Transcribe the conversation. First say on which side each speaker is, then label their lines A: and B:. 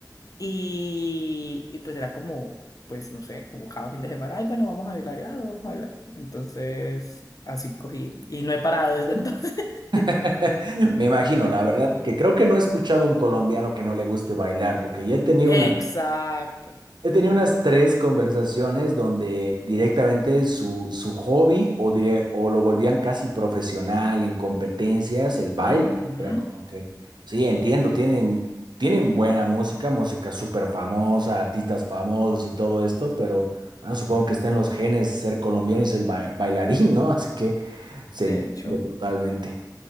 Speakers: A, on the left; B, on the right.
A: y, y pues era como, pues no sé, como cada fin de semana, ay, bueno, vamos a bailar, ah, vamos a bailar, entonces así cogí, y no he parado desde entonces. <laughs>
B: <laughs> Me imagino, la verdad, que creo que no he escuchado un colombiano que no le guste bailar, porque ya he tenido
A: Exacto.
B: una, He tenido unas tres conversaciones donde directamente su, su hobby o, dire- o lo volvían casi profesional en competencias, el baile.
A: Ujú,
B: y Era como que, sí, entiendo, tienen, tienen buena música, música súper famosa, artistas famosos y todo esto, pero bueno, supongo que está en los genes ser colombiano y ser ba- bailarín, ¿no? <laughs> Así que se
A: De
B: entiende
A: hecho.
B: totalmente.